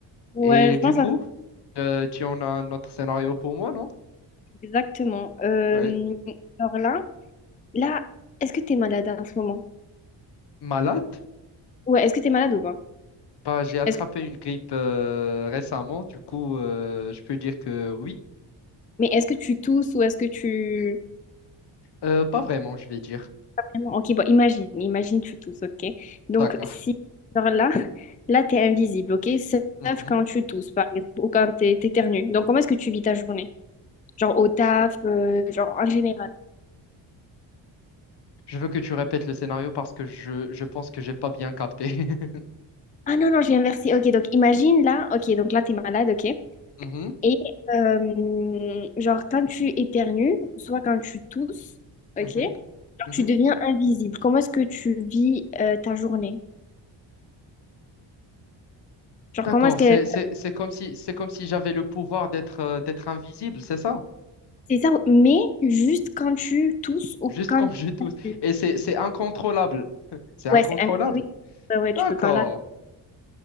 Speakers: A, on the left; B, on the left.
A: Ouais,
B: Et
A: je
B: du
A: pense.
B: coup, euh, tu en as un autre scénario pour moi, non?
A: Exactement. Euh,
B: Oui.
A: alors là, là, est-ce que tu es malade en ce moment?
B: Malade?
A: Ouais, est-ce que tu es malade ou pas?
B: Bah, j'ai attrapé
A: Est-ce que-
B: une grippe euh, récemment, du coup, euh, je peux dire que oui.
A: mais est-ce que tu tousses ou est-ce que tu...
B: Euh, pas vraiment, je vais dire.
A: Pas vraiment. Ok, bon, imagine, imagine tu tousses, ok? Donc,
B: D'accord.
A: si, genre là, là, tu es invisible, ok? Sauf
B: Mhm.
A: quand tu tousses, par exemple, ou quand tu t'éternues. Donc, comment est-ce que tu vis ta journée? Genre au taf, euh, genre en général.
B: Je veux que tu répètes le scénario parce que je, je pense que j'ai pas bien capté. <laughs>
A: Ah non, non, j'ai inversé. Ok, donc imagine là, ok, donc là, tu es malade, ok?
B: Mhm,
A: Et euh, genre, quand tu éternues, soit quand tu tousses,
B: mhm,
A: ok, genre,
B: mhm.
A: tu deviens invisible. Comment est-ce que tu vis euh, ta journée? Genre,
B: D'accord,
A: comment est-ce que...
B: c'est, c'est, c'est comme si, c'est comme si j'avais le pouvoir d'être euh, d'être invisible, c'est ça?
A: C'est ça, mais juste quand tu tousses ou
B: Juste
A: quand
B: quand je
A: tu
B: tousse.
A: éternues.
B: Et c'est, c'est incontrôlable. <laughs> C'est incontrôlable.
A: Ouais, c'est... un- Oui, ouais, ouais, tu
B: D'accord.
A: peux pas là.